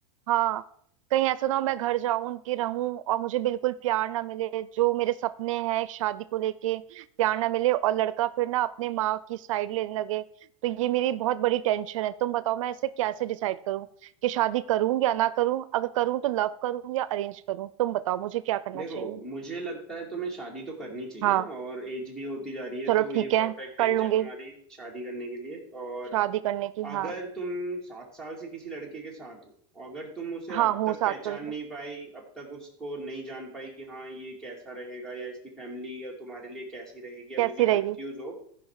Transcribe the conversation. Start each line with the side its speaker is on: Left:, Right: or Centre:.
Right: हाँ कहीं ऐसा ना हो मैं घर जाऊं उनके रहूं और मुझे बिल्कुल प्यार ना मिले जो मेरे सपने हैं एक शादी को लेके प्यार ना मिले और लड़का फिर ना अपने माँ की साइड लेने लगे तो ये मेरी बहुत बड़ी टेंशन है तुम बताओ मैं इसे कैसे डिसाइड करूं कि शादी करूं या ना करूं अगर करूं तो लव करूं या अरेंज करूं तुम बताओ मुझे क्या करना
Centre: देखो
Right: चाहिए
Centre: मुझे लगता है तुम्हें शादी तो करनी चाहिए
Right: हाँ
Centre: और एज भी होती जा रही है
Right: चलो
Centre: तो
Right: ठीक
Centre: ये
Right: है
Centre: परफेक्ट
Right: कर
Centre: एज
Right: लूंगी
Centre: है तुम्हारी शादी करने के लिए और
Right: शादी करने की हाँ
Centre: अगर तुम सात साल से किसी लड़के के साथ हो अगर तुम उसे
Right: हाँ
Centre: अब
Right: हूँ
Centre: तक
Right: सात
Centre: पहचान
Right: साल से
Centre: नहीं पाई अब तक उसको नहीं जान पाई कि हाँ ये कैसा रहेगा या इसकी फैमिली या तुम्हारे लिए कैसी रहेगी अभी
Right: कैसी
Centre: भी
Right: रहेगी
Centre: कंफ्यूज हो